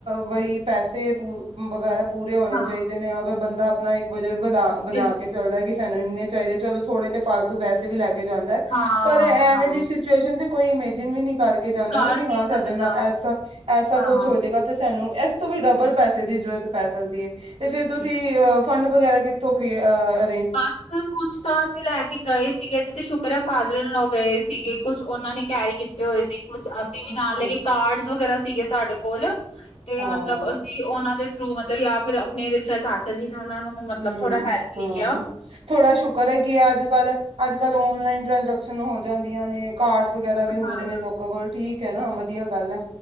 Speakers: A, on the right; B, on the left.
A: ਬਈ ਪੈਸੇ ਪੂ ਵਗੈਰਾ ਪੂਰੇ ਹੋਣੇ
B: ਹਾਂ
A: ਚਾਈਦੇ ਨੇ ਅਗਰ ਬੰਦਾ ਆਪਣਾ ਇੱਕ ਬਜਟ ਬਲਾ ਬਣਾ
B: ਬਿਲ
A: ਕੇ ਚੱਲਦਾ ਕਿ ਸਾਨੂੰ ਇੰਨੇ ਚਾਈਦੇ ਚਲੋ ਥੋੜੇ ਤੇ ਫਾਲਤੂ ਵੈਸੇ ਵੀ ਲੈ ਕੇ ਜਾਂਦਾ।
B: ਹਾਂ
A: ਪਰ ਐਵੇਂ
B: ਹਾਂ
A: ਜੇ ਸ ਸਿਚੁਏਸ਼ਨ ਤੇ ਕੋਈ ਇਮੇਜਿਨ ਵੀ ਨ ਕਰਕੇ ਜਾਂਦਾ
B: ਕਰ
A: ਨਾ ਕਿ
B: ਨਹੀਂ
A: ਹਾਂ
B: ਸਕਦਾ
A: ਸਾਡੇ ਨਾਲ ਐਸਾ-ਐਸਾ
B: ਹਾਂ
A: ਕੁਛ ਹੋਜੇ। ਤਾ ਤੇ ਸਾਨੂੰ ਇਸ ਤੋਂ ਵੀ ਡਬਲ ਪੈਸੇ ਦੀ ਜਰੂਰਤ ਪੈ ਸਕਦੀ ਏ ਤੇ ਫਿਰ
B: ਬਿਲ
A: ਤੁਸੀ ਖਾਡ ਵਗੈਰਾ ਕਿੱਥੋਂ ਕੀ ਅ
B: ਬੱਸ ਕੁਛ ਤਾਂ ਅਸੀਂ ਲੈ ਕੇ ਗਏ ਸੀਗੇ, ਤੇ ਸ਼ੁਕਰ ਐ ਫਾਦਰ ਇਣਲੋ ਗਏ ਸੀਗੇ, ਕੁਛ ਓਨਾਂ ਨੇ ਕੈਰੀ ਕੀਤੇ ਹੋਏ ਸੀ। ਕੁਛ ਅਸੀਂ ਵੀ
A: ਅੱਛਾ
B: ਨਾਲ ਲੈਗੇ ਕਾਡਸ ਵਗੈਰਾ ਸੀਗੇ ਸਾਡੇ ਕੋਲ, ਤੇ
A: ਹਾਂ
B: ਮਤਲਬ ਅਸੀਂ ਓਨਾਂ ਦੇ ਥਰੂ ਮਤਲਬ ਜਾਂ ਫਿਰ ਅਪਣੇ ਚ ਚਾਚਾ ਜੀ ਨੇ ਓਨਾਂ ਨੂੰ ਮਤਲਬ
A: ਹੂੰ
B: ਥੋੜਾ ਹੈਲਪ ਲਈ
A: ਹਾਂ
B: ਕੇਆ
A: ਥੋੜਾ ਸ਼ੁਕਰ ੲੈ ਕਿ ਅੱਜ-ਕੱਲ, ਅੱਜ-ਕੱਲ ਔਨਲਾਈਨ ਡਰਜਕਸ਼ਨ ਹੋ ਜਾਂਦੀਆਂ ਨੇ ਕਾਟਸ ਵਗੈਰਾ ਵੀ ਹੁੰਦੇ
B: ਹਾਂ
A: ਨੇ ਲੋਕਾਂ ਕੋਲ, ਠੀਕ ਐ ਨਾ ਵਧੀਆ ਗੱਲ ਐ